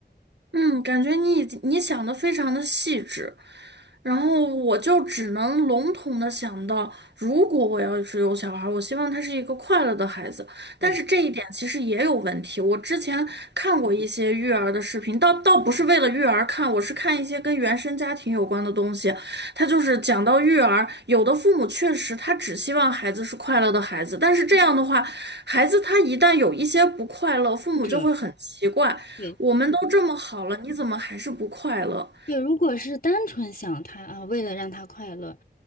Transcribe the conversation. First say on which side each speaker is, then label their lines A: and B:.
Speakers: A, on the right; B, on the left.
A: 嗯，感觉你已经你想的非常的细致，然后我就只能笼统的想到，如果我要是有小孩儿，我希望他是一个快乐的孩子。
B: 对，
A: 但是这一点其实也有问题。我之前看过一些育儿的视频，倒倒不是为了育儿看，我是看一些跟原生家庭有关的东西。他就是讲到育儿，有的父母确实他只希望孩子是快乐的孩子，但是这样的话，孩子他一旦有一些不快乐，父母就会很奇怪，
B: 或者对。
A: 我们都这么好了，你怎么还是不快乐？
B: 对，如果是单纯想他啊，为了让他快乐，